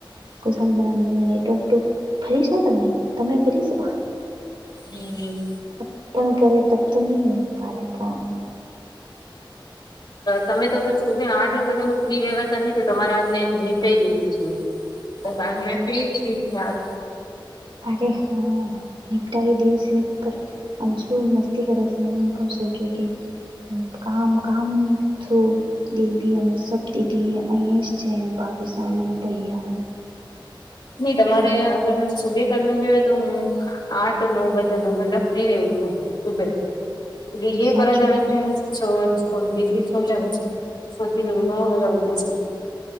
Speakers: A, on the right; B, on the left.
A: <unintelligible> <unintelligible>
B: હમ
A: બારે ફોન.
B: તમે તો ફિર સુબે આઠ નો બજા ન ફ્રી વેવાતા નહ તો તમારે આજ મેં નીતાઈ દેવી છે.
A: <inaudible>
B: તો મેં ફ્રી છી આજ
A: અરે હા નિનીપટાવી દઈ છે. આમ છું મસ્તી કરે છે. ને પણ સોચું કે કામ કામ ઠરું દીદી અને સત દીદી અહીં જ છે ભાભિસ અને ભૈયા
B: નઈ તમારે અગર સુબે ક ન વળ તો હું આઠ નવ બજા દો ઘંટા ફ્રી રવ છું સુબે. એ એ
A: સાચું
B: પરાજવ છે. <unintelligible> સોતી નવ વાજા ઉઠે છે.